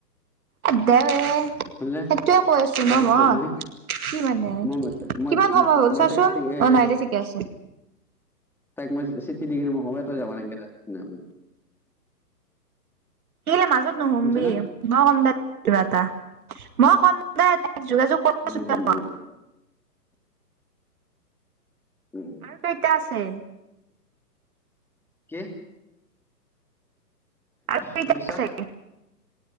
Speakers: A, on the right; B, in the centre.
A: এ দে ৱে,
B: শুনিলে
A: সেইটোয়ে কৈ আছো
B: ডাইৰেক্ট
A: ন মই।
B: কওঁ
A: কি মানে
B: মই মই
A: কিমান সময় হ'ল
B: মই
A: চোৱাচোন,
B: তাইক এ
A: অহ ', নাইদে ঠিকে আছে।
B: তাইক মই চিঠি দি কিনি কম তই যাবা নেকে <unintelligible>
A: কেলে মাজত নুহুমবি,
B: শুনিছা না
A: মই কম দে কিবা এটা, মই কম দে তই যোগাযোগ
B: <unintelligible>
A: আছো দে।
B: উম।
A: আৰু কেইতা আছে?
B: কি,
A: আৰু কেইটা
B: কি কৈছা?
A: আছে